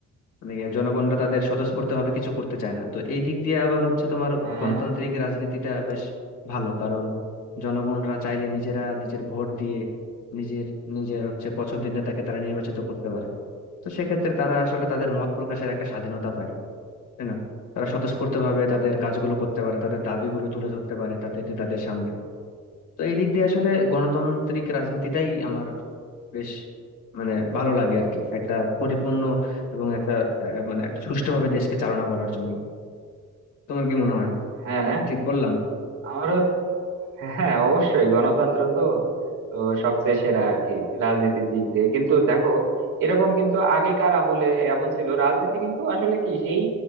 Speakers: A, on the left (about 80°); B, on the right (about 80°).
A: মানে ইয়ে জনগণরা তাদের স্বতঃস্ফূর্তভাবে কিছু করতে চায় না তো এই দিক দিয়ে আবার হচ্ছে তোমার
B: হ্যাঁ
A: গণতান্ত্রিক রাজনীতিটা বেশ ভালো কারণ জনগণরা চাইলে নিজেরা নিজের ভোট দিয়ে নিজের নিজের হচ্ছে পছন্দের নেতাকে তারা নির্বাচিত করতে পারে তো সেক্ষেত্রে তারা আসলে তাদের মত প্রকাশের একটা স্বাধীনতা পায় তাই না তারা স্বতঃস্ফূর্তভাবে তাদের কাজগুলো করতে পারে তাদের দাবিগুলো তুলে ধরতে পারে তাদের নেতাদের সামনে তো এই দিক দিয়ে আসলে গণতান্ত্রিক রাজনীতিটাই আমার বেশ মানে ভালো লাগে আর কি একটা পরিপূর্ণ এবং একটা আহ, মানে একটা সুষ্ঠুভাবে দেশকে চালনা করার জন্য তোমার কি মনে হয়
B: হ্যাঁ
A: কি ঠিক বললাম
B: আমারও হ্যাঁ অবশ্যই গণতন্ত্র তো ও, সবচেয়ে সেরা আর কি রাজনীতির দিক দিয়ে কিন্তু দেখো এরকম কিন্তু আগেকার আমলে এমন ছিল রাজনীতি কিন্তু আসলে কি সেই